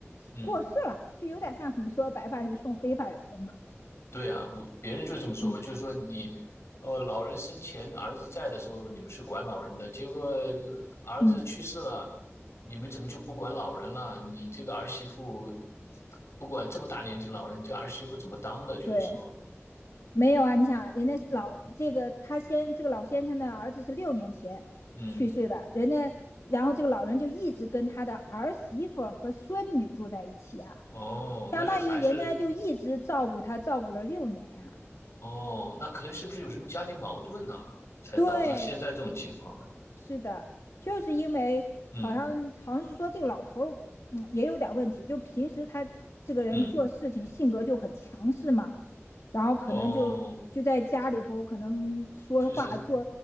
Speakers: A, on the left (about 65°); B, on the left (about 80°).
A: 嗯，
B: 过世了，就有点像你们说白发人送黑发人了嘛。
A: 对啊，我别人就这么说嘛，
B: 嗯
A: 就是说你，呃，老人生前儿子在的时候，你们是管老人的，结果儿子去世了，
B: 嗯，
A: 你们怎么就不管老人了？你这个儿媳妇不管这么大年纪的老人，你这儿媳妇怎么当的？就是说，
B: 对，没有啊。你想，人家老这个他先这个老先生的儿子是六年前去世的，
A: 嗯，
B: 人家然后这个老人就一直跟他的儿媳妇和孙女住在一起啊，
A: 哦，
B: 相当于人家就一直照顾他，
A: 那就还是，
B: 照顾了六年呀、啊
A: 哦，那可能是不是有什么家庭矛盾呢、才导致现在这种情况的？
B: 对，是的，就是因为好像好像是说这个老头儿，
A: 嗯。
B: 嗯，也有点问题，就平时他这个人做事情性格就很强势嘛，
A: 嗯，
B: 然后可能就就在家里头可能说话做
A: 哦，就是